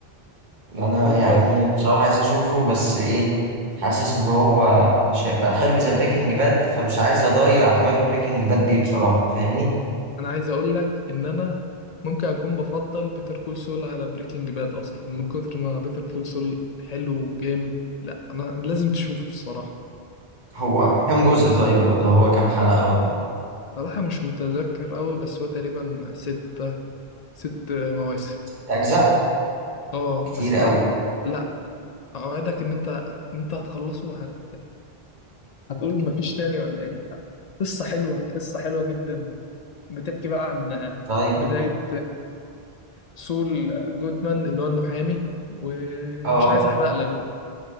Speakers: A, on the right; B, on the left.
A: انا
B: وقد
A: يعني بصراحة عايز اشوفه بس ايه حاسس ان هو مش هيبقى حلو زي بريكنج باد فمش عايز اضيع حلاوة بريكنج باد دي بصراحة فاهمني
B: انا أنا عايز اقول لك ان انا ممكن اكون بفضل بيتر كول سول على بريكنج باد اصلا من كتر ما بيتر كول سول حلو جامد لا انا لازم تشوفه الصراحه
A: هو كام جزء طيب ولا هو كام حلقة ولا
B: صراحه مش متذكر قوي بس هو تقريبا ستة ست مواسم
A: اجزاء
B: اه
A: كتير
B: بس
A: قوي
B: لا لا اوعدك ان انت انت هتخلصه هت... هتقول مفيش تاني ولا ايه لا قصه حلوه قصه حلوه جدا بتحكي بقى عن
A: طيب
B: بدايه سول جودمان اللي هو المحامي ومش
A: اه
B: عايز احرق لك بقى